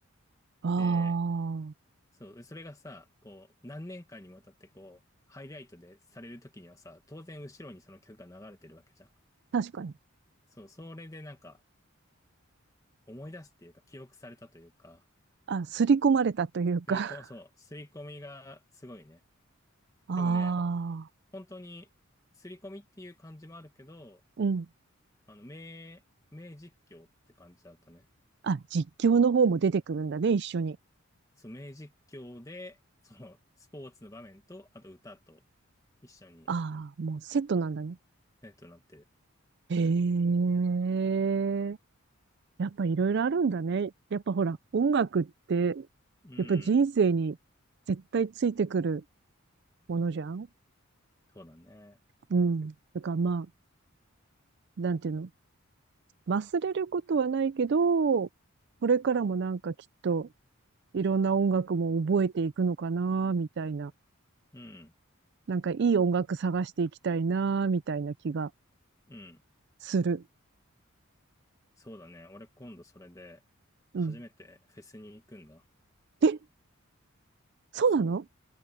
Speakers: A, on the right; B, on the left.
A: ああ。
B: で、そう、でそれがさ、こう、何年間にわたってこう、ハイライトでされるときにはさ、当然後ろにその曲が流れてるわけじゃん。
A: 確かに。
B: そう、それでなんか、思い出すっていうか、記憶されたというか、
A: あ、刷り込まれたというか。
B: すりこ、
A: <laughs>
B: そう、すり込みがすごいね。
A: ああ、
B: でもね、ほ本当に、すり込みっていう感じもあるけど、
A: うん。
B: あの、名、名実況って感じだったね。
A: あ、実況の方も出てくるんだね、一緒に。
B: そう、名実況で、その、スポーツの場面と、あと歌と一緒に、
A: ああ、もうセットなんだね。
B: ね、となってる。
A: へえ。やっぱいろいろあるんだね。やっぱほら、音楽って、
B: うん、
A: やっぱ人生に絶対ついてくるものじゃん
B: そうだね。
A: うん。だからまあ、なんていうの。忘れることはないけど、これからもなんかきっといろんな音楽も覚えていくのかな、みたいな
B: うん。
A: なんかいい音楽探していきたいな、みたいな気が
B: うん。
A: する。
B: そうだね。俺今度それで、初めてフェスに行くんだ。
A: うん。え、そうなの
B: そう。